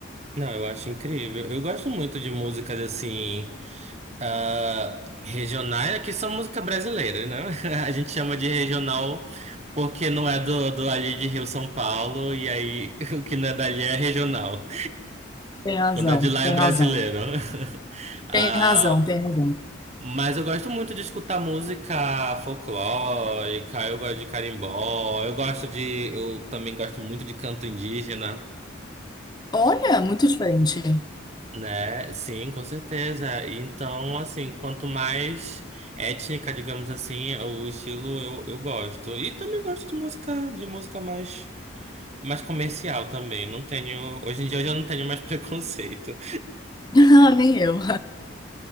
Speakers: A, on the right; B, on the left.
A: não, eu acho incrível. Eu gosto muito de músicas assim, ah, regionais, que são música brasileira, né? <laughs> A gente chama de regional porque não é do, do ali de Rio São Paulo, e aí <laughs> o que não é dali é regional.
B: Tem razão,
A: Quando é de lá
B: tem
A: é brasileiro.
B: razão.
A: <laughs> Ah,
B: Tem razão, tem razão.
A: mas eu gosto muito de escutar música folclórica, eu gosto de carimbó, eu gosto de. Eu também gosto muito de canto indígena,
B: Olha, muito diferente.
A: né? Sim, com certeza. Então, assim, quanto mais étnica, digamos assim, o estilo eu, eu gosto. E também gosto de música, de música mais, mais comercial também. Não tenho. Hoje em dia eu já não tenho mais <laughs> preconceito.
B: <laughs> Nem eu.